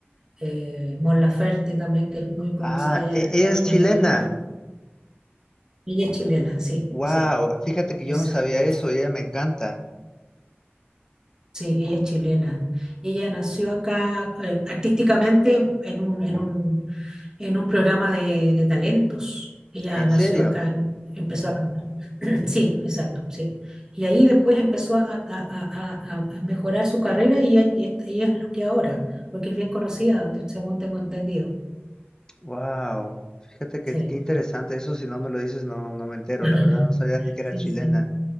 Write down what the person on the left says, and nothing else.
Ah,
e-
ella es
chilena,
wow,
fíjate que
yo no sabía eso y ella me encanta,
¿en
serio?
Wow, fíjate que
qué interesante, eso si no me lo dices no, no me entero,
la verdad, no sabía ni que era
chilena.